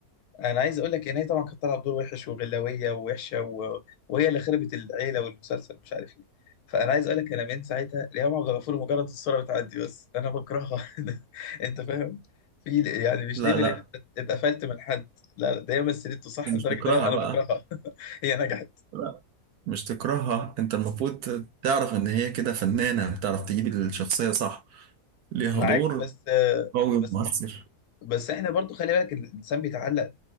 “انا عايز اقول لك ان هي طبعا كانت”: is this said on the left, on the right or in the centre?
Left